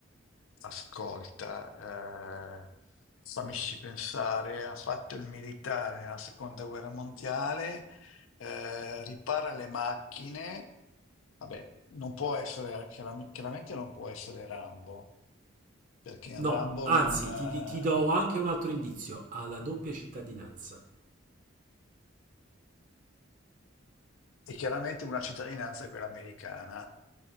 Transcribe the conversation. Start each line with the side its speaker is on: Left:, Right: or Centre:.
Left: ascolta, eh, fammici pensare, ha fatto il militare nella seconda guerra mondiale, eh, ripara le macchine, vabbè, non può essere, chiaram- chiaramente non può essere Rambo, perché in
Right: No,
Left: Rambo
Right: anzi,
Left: non, eh,
Right: ti, ti do anche un altro indizio, ha la doppia cittadinanza.
Left: è chiaramente una cittadinanza è quella americana.